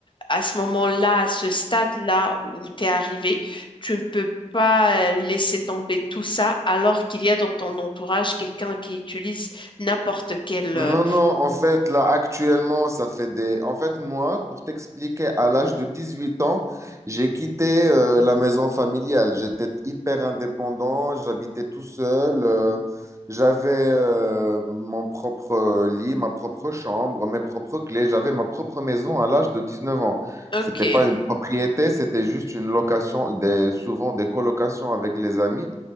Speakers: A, on the left; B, on the right.
A: à ce moment-là, à ce stade-là où tu es arrivé, tu ne peux pas euh, laisser tomber tout ça alors qu'il y a dans ton entourage quelqu'un qui utilise n'importe quel...
B: Non,
A: euh,
B: non, en fait, là, actuellement, ça fait des... En fait, moi, pour t'expliquer, à l'âge de 18 ans, j'ai quitté euh, la maison familiale. J'étais hyper indépendant, j'habitais tout seul, euh, j'avais euh, mon propre euh, lit, ma propre chambre, mes propres clés, j'avais ma propre maison à l'âge de 19 ans.
A: Ok,
B: C'était pas une propriété, c'était juste une location, des... souvent des colocations avec les amis